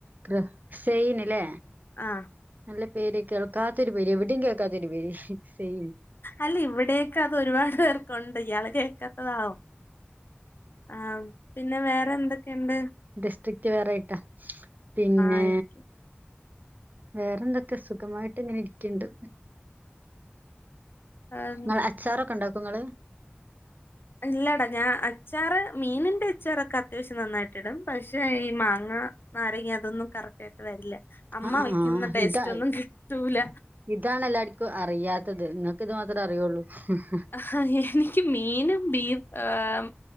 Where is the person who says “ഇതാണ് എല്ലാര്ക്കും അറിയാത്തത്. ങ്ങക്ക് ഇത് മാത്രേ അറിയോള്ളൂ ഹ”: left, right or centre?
Right